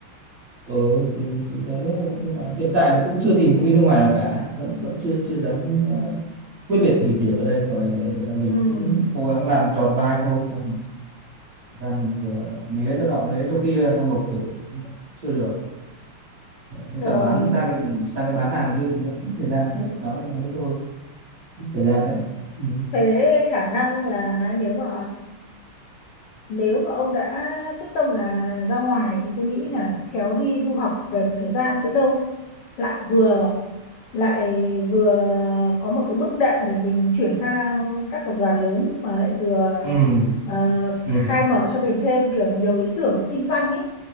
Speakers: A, on the right; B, on the left.
A: ừ, thì thì thế nhưng mà hiện tại thì cũng chưa tìm công ty nước ngoài nào cả vẫn vẫn chưa chưa dám ờ, quyết liệt nghỉ việc ở đây gọi là, gọi là mình
B: ừ
A: cũng cố gắng làm tròn vai thôi xong ra mình vừa né cho nọ lấy cho kia xong nộp thử chưa được với
B: rồi
A: cả bán sang cái sang cái bán hàng kia thì nó cũng thời gian hết nói nói thế thôi thời gian đấy ừ
B: thế khả năng là nếu mà nếu mà ông đã quyết tâm là ra ngoài thì tôi nghĩ là khéo đi du học về một thời gian biết đâu lại vừa lại vừa có một cái bước đệm để mình chuyển sang các tập đoàn lớn mà lại vừa
A: ừ
B: ờ,
A: ừ
B: khai mở cho mình thêm kiểu nhiều ý tưởng về kinh doanh ấy